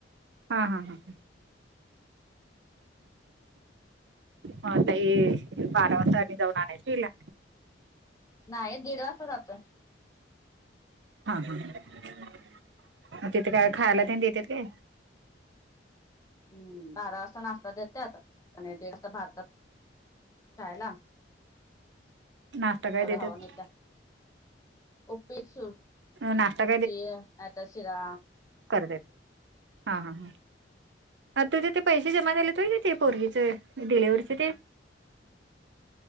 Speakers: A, on the right (about 70°); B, on the left (about 20°).
A: हां-हां-हां. हो ताई ते बारा वाजता आम्ही जाऊन आणायचं हिला.
B: नाही दीड वाजता जातो.
A: हा, हा. मग तिथे काय खायला ते देतात काय?
B: हम्म. बारा वाजता नाश्ता देतात, आणि दीड वाजता भाता खयला
A: नाश्ता काय
B: तेवढं
A: देतात
B: हवं नेत्या. <inaudible> ओके सोड.
A: नाश्ता
B: ही पातळ शिरा
A: करत्यात, हा हा हा. म तुझे ते पैसे जमा झाले होय गं ते पोरगीचे डिलेव्हरीचे?